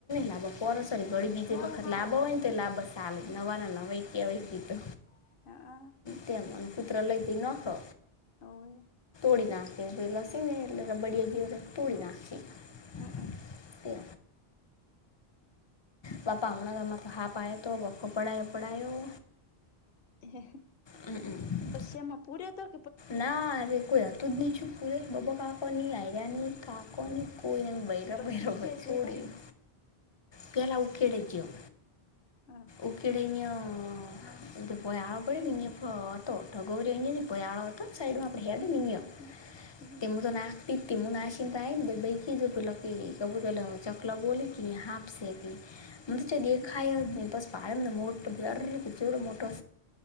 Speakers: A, on the left; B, on the left.
A: લાવ પડ
B: એવા
A: વળી બીજે
B: ફળ
A: વખત
B: હારા
A: લાભો હોય
B: અમે
A: ને તો
B: તારે
A: લાભ ચા આવે નવાને નવા ક્યાવાય કી તો
B: હા હ
A: તેમનું પુત્ર લઈ જઈ નખો
B: હોવે
A: પૂડી ના હાકકી એ લ સીને એ બડી ગી પૂડી
B: હો
A: ના હાકીી
B: હઅ
A: બાપા હમણાં તમાં તો હાપ્યો તો બપ્ફો પડાયો પડાયો
B: હ
A: હમ હમ
B: યામાં પૂરા તર
A: નારે કોઈ હતું જ છું પુરે બાબા કાકો નની લાઈ રહ્યા ને કાકો ની કોઈનેું ભાઈ રબઈ
B: પછી
A: રબર
B: જે
A: તોડયું
B: જ્યો તાર
A: પેલા ઉકેડી ગયો
B: હા
A: ઉકેડે યા એ પો આળ આપણેે મની પોતોટો ગરીની પોયા આળ સઈડમાં આપણે હય મની
B: હમ હમ
A: તે મુ તો નાખીપમું આશિંદ આકી જ લ કબું ચકલ બોલી ક હા હતી મ દેખા
B: હમ
A: બસ પામ મોટ બડ મોટ